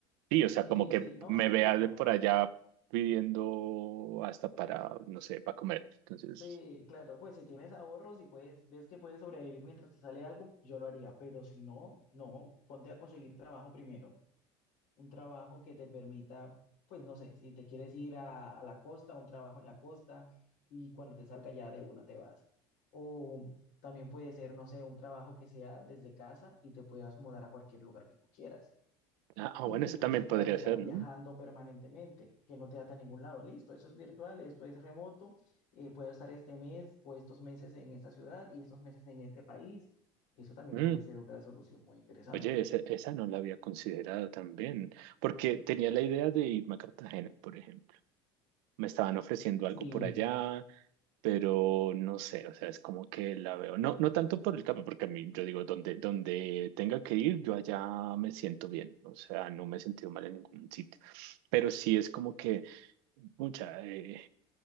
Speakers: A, on the right; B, on the left.
A: Sí, o sea,
B: Sí,
A: como que
B: sí, no,
A: me
B: sí,
A: vea
B: claro.
A: de por allá pidiendo hasta para, no sé, para comer. Entonces,
B: Sí, claro, pues si tienes ahorros y puedes, ves que puedes sobrevivir mientras te sale algo, yo lo haría, pero si no, no, ponte a conseguir trabajo primero, un trabajo que te permita, pues no sé, si te quieres ir a, a la costa, un trabajo en la costa y cuando te salga ya de una te vas. O también puede ser, no sé, un trabajo que sea desde casa y te puedas mudar a cualquier lugar que tú quieras.
A: ah, ah,
B: y
A: bueno,
B: que
A: eso
B: incluso
A: también
B: puedas
A: podría
B: estar
A: ser,
B: viajando
A: ¿no?
B: permanentemente, que no te ata a ningún lado. Listo, eso es virtual, esto es remoto, eh, puedo estar este mes o estos meses en esta ciudad y estos meses en este país. Eso también
A: Mm,
B: puede ser una solución muy interesante.
A: oye, ese- esa no la había considerado también, porque tenía la idea de irme a Cartagena, por ejemplo. Me estaban ofreciendo algo
B: Sí,
A: por allá, pero no sé, o sea, es como que la veo. No, no tanto por el campo, porque a mí, yo digo, donde, donde tenga que ir, yo allá me siento bien. O sea, no me he sentido mal en ningún sitio. Pero sí es como que... Mucha, eh,